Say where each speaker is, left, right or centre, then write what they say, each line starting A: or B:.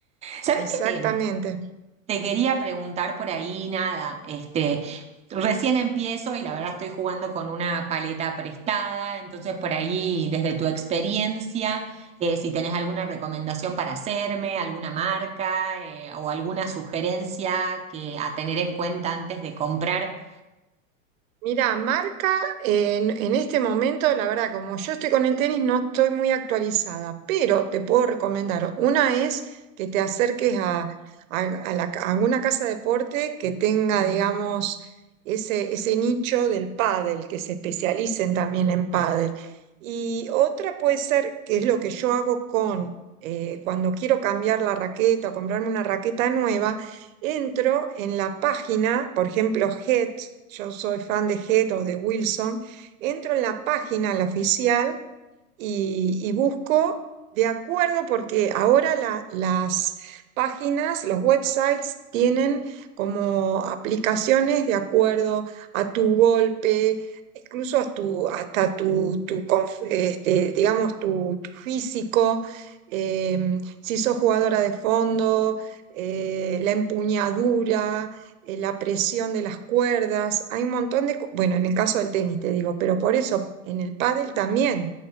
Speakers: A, on the right; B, on the right.
A: ¿Sabés
B: exactamente.
A: qué te, te quería preguntar por ahí? Nada, este, recién empiezo y la verdad estoy jugando con una paleta prestada, entonces por ahí, desde tu experiencia, eh, si tenés alguna recomendación para hacerme, alguna marca, eh, o alguna sugerencia que a tener en cuenta antes de comprar.
B: Mira, marca en, en este momento, la verdad, como yo estoy con el tenis, no estoy muy actualizada, pero te puedo recomendar. Una es que te acerques a, a- a la ca- a alguna casa de deporte que tenga, digamos, ese, ese nicho del pádel, que se especialicen también en pádel. Y otra puede ser, que es lo que yo hago con, eh, cuando quiero cambiar la raqueta o comprarme una raqueta nueva entro en la página, por ejemplo, Head, yo soy fan de Head o de Wilson, entro en la página, la oficial, y, y busco de acuerdo porque ahora la- las páginas, los websites tienen como aplicaciones de acuerdo a tu golpe, incluso a tu- hasta tu, tu conf- este, digamos, tu, tu físico, eh, si sos jugadora de fondo, eh, la empuñadura. eh, la presión de las cuerdas, hay un montón de, co- bueno, en el caso del tenis te digo, pero por eso en el pádel también